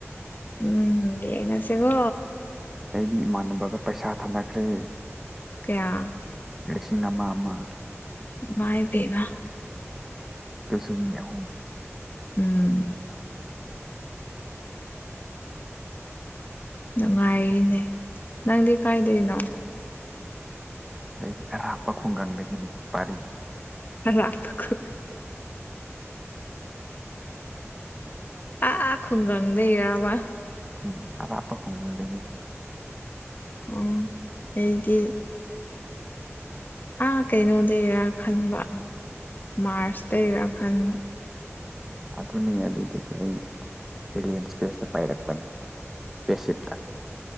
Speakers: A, on the left; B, in the centre.
A: ꯎ ꯎꯝ ꯌꯦꯡꯉꯁꯦꯒꯣ
B: ꯑꯩꯗꯤ ꯏꯃꯥꯟꯅꯕꯒ ꯄꯩꯁꯥ ꯊꯥꯅꯈ꯭ꯔꯦ
A: ꯀꯌꯥ
B: ꯂꯤꯁꯤꯡ ꯑꯃ ꯑꯃ
A: ꯏꯃꯥꯢ ꯄꯦꯝꯃ
B: ꯇꯁꯨ ꯃꯤ ꯑꯍꯨꯝ
A: ꯎꯝ ꯅꯨꯉꯥꯏꯔꯤꯅꯦ ꯅꯪꯗꯤ ꯀꯥꯏꯗꯩꯅꯣ
B: ꯑꯩꯗꯤ ꯑꯔꯥꯞꯄ ꯈꯨꯡꯒꯪꯗꯒꯤꯅꯤ ꯄꯥꯔꯤ
A: ꯑꯔꯥꯞꯄ ꯈꯨꯡꯒꯪ ꯑꯥꯥ ꯈꯨꯡꯒꯪꯗꯩꯔꯕ
B: ꯎꯝ ꯑꯔꯥꯞꯄ ꯈꯨꯡꯒꯪꯗꯒꯤ
A: ꯎꯝ ꯑꯩꯗꯤ ꯑꯥ ꯀꯩꯅꯣꯗꯩꯔꯥ ꯈꯟꯕ ꯃꯥꯔꯁ ꯇꯩꯔꯥ ꯈꯟ
B: ꯑꯗꯨꯅꯦ ꯑꯗꯨꯗꯒꯤ ꯑꯩ ꯑꯦꯂꯦꯟ ꯁ꯭ꯄꯦꯁꯇ ꯄꯥꯏꯔꯛꯄꯅꯤ ꯁ꯭ꯄꯦꯁꯁꯤꯞꯇ